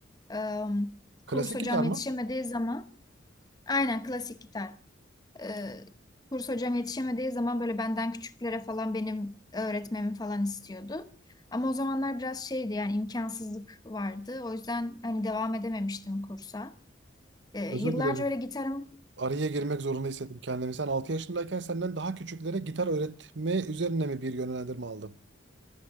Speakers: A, on the left; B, on the right.
A: e,
B: Klasik
A: kurs hocam
B: gitar
A: yetişemediği
B: mı?
A: zaman aynen klasik gitar. Ee, kurs hocam yetişemediği zaman böyle benden küçüklere falan benim öğretmemi falan istiyordu. Ama o zamanlar biraz şeydi yani imkansızlık vardı. O yüzden hani devam edememiştim kursa. Ee,
B: Özür
A: yıllarca
B: dilerim.
A: öyle gitarım
B: Araya girmek zorunda hissettim kendimi. Sen 6 yaşındayken senden daha küçüklere gitar öğretme üzerine mi bir yönlendirme aldın?